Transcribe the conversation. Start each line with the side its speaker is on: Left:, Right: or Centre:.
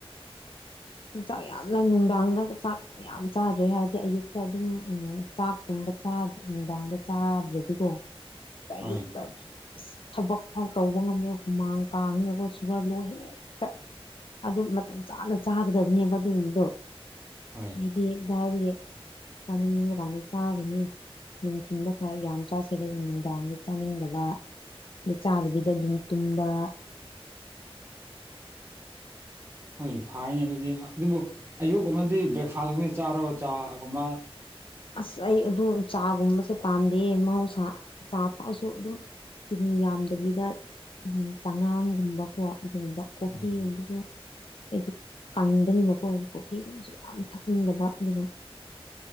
Left: ꯆꯥꯛ ꯌꯥꯝꯅ ꯅꯨꯡꯗꯥꯡꯗ ꯆꯥꯛ ꯌꯥꯝ ꯆꯥꯗ꯭ꯔꯦ ꯍꯥꯏꯔꯗꯤ ꯑꯌꯨꯛꯇ ꯑꯗꯨꯝ ꯎ ꯆꯥꯛꯀꯨꯝꯕ ꯅꯨꯡꯗꯥꯡꯗ ꯆꯥꯗ꯭ꯔꯗꯤꯀꯣ ꯇ
Right: ꯍꯣꯏ
Left: ꯌꯨꯛꯇꯝꯁ ꯑ ꯊꯕꯛ ꯐꯥꯎ ꯇꯧꯕ ꯉꯝꯃꯦ ꯍꯨꯃꯥꯡ ꯀꯥꯡꯉꯒ ꯁꯨꯒꯔ ꯂꯣ ꯍꯦꯛꯇ ꯑꯗꯨ ꯃꯇꯝ ꯆꯥꯅ ꯆꯥꯒꯗꯕꯅꯦꯕ ꯑꯗꯨꯒꯨꯝꯕꯗꯣ
Right: ꯍꯣꯏ
Left: ꯍꯥꯏꯗꯤ ꯗꯥꯔꯤ ꯆꯥꯅꯤꯡꯕ ꯀꯥꯟꯗ ꯆꯥꯒꯅꯤ ꯅꯨꯡꯊꯤꯟꯜꯗ ꯈꯔ ꯌꯥꯝ ꯆꯥꯥꯁꯦꯗ ꯑꯗꯨ ꯅꯨꯡꯗꯥꯡꯗ ꯆꯥꯅꯤꯡꯗꯕ ꯑ ꯆꯥꯗꯕꯤꯗ ꯑꯗꯨꯝ ꯇꯨꯝꯕ
Right: <unintelligible> ꯍꯣꯏ ꯐꯅꯦ ꯑꯗꯨꯗꯤ ꯑꯗꯨꯕꯨ ꯑꯌꯨꯛ ꯑꯃꯗꯤ ꯕ꯭ꯔꯦꯛꯐꯥꯁꯀꯨꯝꯕ ꯆꯥꯔꯣ ꯆꯥꯒꯨꯝꯕ
Left: ꯑꯁ ꯑꯩ ꯑꯗꯨ ꯆꯥꯒꯨꯝꯕꯁꯦ ꯄꯥꯝꯗꯦ ꯃꯍꯧꯁꯥ ꯆꯥ ꯊꯛꯑꯁꯨ ꯑꯗꯨꯝ ꯆꯤꯅꯤ ꯌꯥꯝꯗꯕꯤꯗ ꯎ ꯆꯉꯥꯡꯒꯨꯝꯕꯀꯣ ꯑꯗꯨꯒꯨꯝꯕ ꯀꯣꯐꯤꯒꯨꯝꯕꯁꯨ
Right: ꯍꯣꯏ ꯍꯣꯏ
Left: ꯑꯩ ꯀꯪꯕꯅꯤꯅꯀꯣ ꯀꯣꯐꯤꯒꯨꯝꯕꯁꯨ ꯌꯥꯝ ꯊꯛꯅꯤꯡꯗꯕ ꯑꯗꯨꯒ